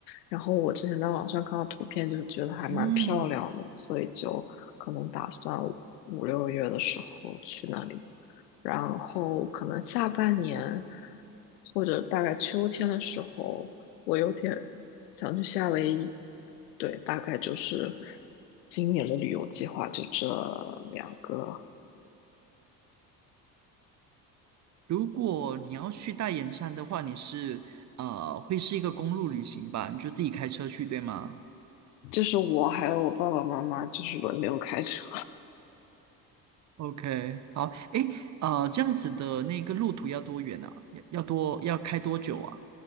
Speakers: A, on the left; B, on the right.
A: 然后我之前在网上看到图片，就觉得还蛮漂亮的，
B: 嗯。
A: 所以就可能打算五六月的时候去那里，然后可能下半年或者大概秋天的时候，我有点想去夏威夷。对，大概就是今年的旅游计划就这两个，
B: 如果你要去大岩山的话，你是呃会是一个公路旅行吧？你就自己开车去，对吗
A: 就是我还有我爸爸妈妈就是轮流开车。
B: ？OK，好，诶，呃，这样子的那个路途要多远啊？要要多要开多久啊？